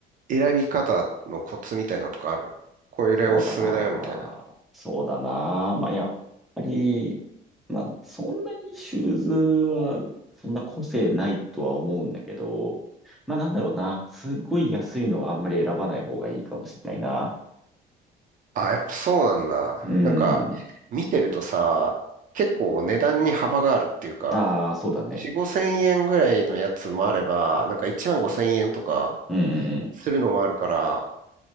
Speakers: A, on the right (about 50°); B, in the centre.
A: 選び方のコツみたいなのとかあるこれおすすめだよみたいな。
B: そうだな。そうだな。まあ、やっぱり、まあ、そんなにシューズは、そんな個性ないとは思うんだけど、まあ、なんだろうな。すっごい安いのはあんまり選ばない方がいいかもしれないな。
A: あ、やっぱそうなんだ。
B: うん。
A: なんか見てるとさ、結構値段に幅があるっていうか、
B: ああ、そうだね。
A: 4、5千円ぐらいのやつもあれば、なんか1万5千円とか
B: うんうんうん。
A: するのもあるから、